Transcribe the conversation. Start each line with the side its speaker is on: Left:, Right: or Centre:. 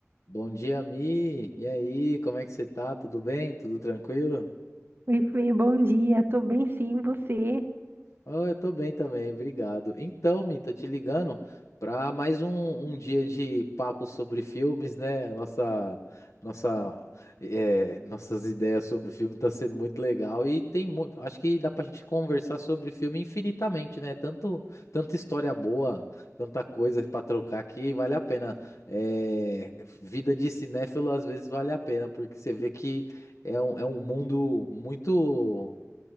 Left: Bom dia, Mi. E aí, como é que você tá? Tudo bem? Tudo tranquilo?
Right: Oi, Fê, bom dia. Tô bem sim, você?
Left: Oh, eu tô bem também, obrigado. Então, Mi, tô te ligando para mais um, um dia de papo sobre filmes, né? Nossa, nossa, é, nossas ideias sobre filme tá sendo muito legal e tem muito, acho que dá pra gente conversar sobre filme infinitamente, né? Tanto, tanta história boa, tanta coisa pra trocar que vale a pena. É, vida de cinéfilo às vezes vale a pena, porque você vê que é um, é um mundo muito